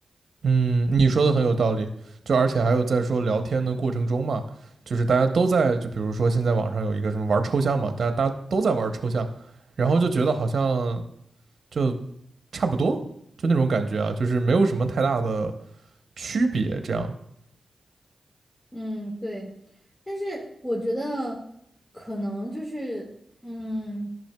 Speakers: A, on the right; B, on the left.
A: 嗯，你说的很有道理，就而且还有在说聊天的过程中嘛，就是大家都在，就比如说现在网上有一个什么玩抽象嘛，大家大家都在玩抽象，然后就觉得好像就差不多，就那种感觉啊，就是没有什么太大的区别，这样。
B: 嗯，对，但是我觉得可能就是，嗯，